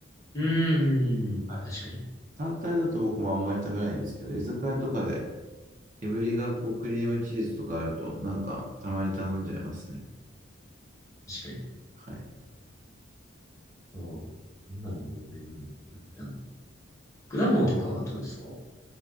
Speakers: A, on the left; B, on the right.
A: うーん。
B: はい。
A: 確かに。
B: 単体だと僕もあんまり食べないんですけど、居酒屋とかで、いぶりがっこクリームチーズとかあると、なんか、たまに頼んじゃいますね。
A: 確かに。
B: はい。
A: そう。なんだろう、有名なの。あった。果物とかはどうですか